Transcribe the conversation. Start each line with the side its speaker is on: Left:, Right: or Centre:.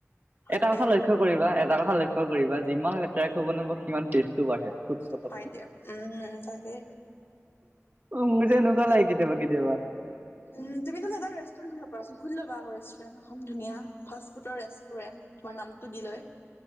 Left: হয়
Right: এটা কথা
Left: দিয়া
Right: লক্ষ্য কৰিবা, এটা কথা লক্ষ্য কৰিবা, যিমান লেতেৰাকৈ বনাব সিমান টেষ্টটো বাঢ়ে। ফুডষ্টকত
Left: হয় দিয়া, উম তাকে।
Right: অ মোৰ যে এনেকুৱা লাগে কেতিয়াবা কেতিয়াবা।
Left: উম, তুমিটো জানা ৰেষ্টুৰেণ্ট খুলি ল'ব পাৰাচোন, খুলি ল'বা আকৌ ৰেষ্টুৰেণ্ট এখন ধুনীয়া, ফাষ্ট ফুডৰ ৰেষ্টুৰেণ্ট। তোমাৰ নামটো দি লৈ।